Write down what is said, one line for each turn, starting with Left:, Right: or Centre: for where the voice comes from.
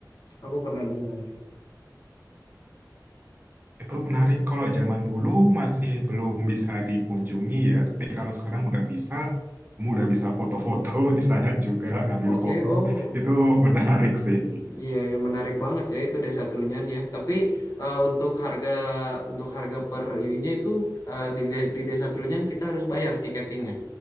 Left: Aku pernah dengar.
Right: Itu menarik kalau zaman dulu masih belum bisa dikunjungi ya, tapi kalau sekarang udah bisa, kamu udah bisa foto-foto di sana juga, ngambil
Left: Oke,
Right: foto,
Left: oh.
Right: itu menarik sih. gitu.
Left: Iya, ya menarik banget ya itu Desa Trunyan ya. Tapi eh, untuk harga untuk harga per ininya itu eh, di de- di Desa Trunyan kita harus bayar tiketingnya